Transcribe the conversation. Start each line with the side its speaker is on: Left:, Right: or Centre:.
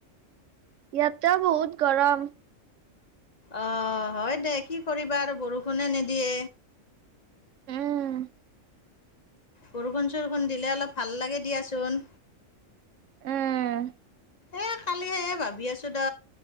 Right: ইয়াতো বহুত গৰম
Left: অ হয় দে কি কৰিবা আৰু বৰষুণে নিদিয়ে
Right: উম
Left: বৰষুণ চৰষুণ দিলে অলপ ভাল লাগে দিয়াচোন
Right: উম
Left: এই কালিহে ভাবি আছো দ